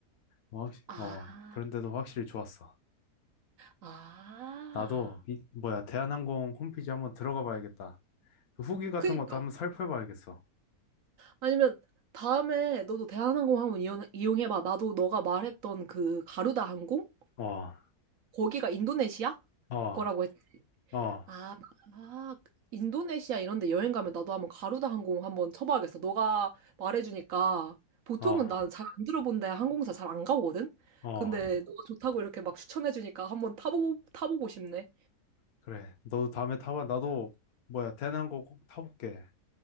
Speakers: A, on the left; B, on the right.
A: 어, 확실-
B: 아,
A: 어, 그런데도 확실히 좋았어.
B: 아.
A: 나도 이 뭐야 대한항공 홈페이지 한번 들어가 봐야겠다. 그 후기 같은
B: 그니까.
A: 것도 한번 살펴 봐야겠어.
B: 아니면 다음에 너도 대한항공 한번 이용, 이용해봐. 나도 너가 말했던 그 가루다 항공?
A: 어,
B: 거기가 인도네시아?
A: 어,
B: 거라고 했.
A: 어,
B: 아, 아, 인도네시아 이런 데 여행 가면 나도 한번 가루다 항공 한번 쳐봐야겠어. 너가 말해주니까 보통은
A: 어,
B: 나는 잘 안 들어본 데 항공사 잘 안 가거든?
A: 어.
B: 근데 너가 좋다고 이렇게 막 추천해주니까 한번 타보고, 타보고 싶네.
A: 그래. 너도 다음에 타봐. 나도 뭐야 대한항공 꼭 타볼게.